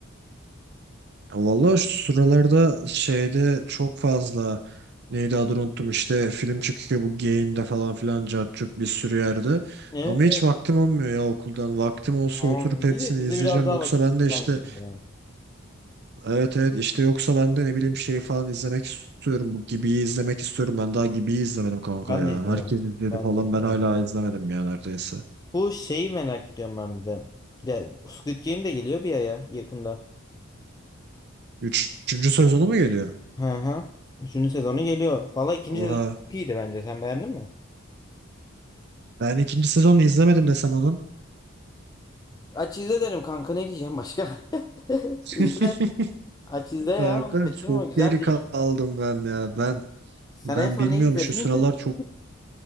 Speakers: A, on the right (about 55°); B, on the left (about 20°).
A: Ya Vallahi şu sıralarda şeyde çok fazla neydi adını unuttum işte film çıkıyor bu Gain'de falan filan cart curt bir sürü yerde.
B: Evet
A: Ama hiç
B: evet.
A: vaktim olmuyor ya okuldan. Vaktim olsa
B: Ha,
A: oturup hepsini
B: dizi, dizi
A: izleyeceğim.
B: biraz daha
A: Yoksa
B: vakit
A: ben
B: isteyen
A: de işte
B: bir şey ya.
A: evet evet işte yoksa ben de ne bileyim şey falan izlemek istiyorum. Bu Gibi'yi izlemek istiyorum. Ben daha Gibi'yi izlemedim kanka
B: Ben
A: ya.
B: de izlemedim.
A: Herkes izledi
B: Ben
A: falan
B: de izlemedim.
A: ben hala izlemedim ya neredeyse.
B: Bu şeyi merak ediyorum ben bir de. Ya Squid Game de geliyor bir aya yakında.
A: Üç- Üçüncü sezonu mu geliyor?
B: Hı hı. Üçüncü sezonu geliyor. Valla ikinci
A: Oha.
B: sezon çok iyiydi bence. Sen beğendin mi?
A: Ben ikinci sezonu izlemedim desem onun.
B: Aç izle derim kanka ne diyeceğim başka? <laughs>
A: <laughs>
B: İzle. Aç izle ya
A: Kanka
B: onu kaçırma.
A: çok
B: Güzel
A: geri
B: de
A: kaldım
B: iki.
A: ben ya. Ben
B: Sen
A: ben
B: en son
A: bilmiyorum
B: neyi izledin?
A: şu sıralar
B: <laughs>
A: çok.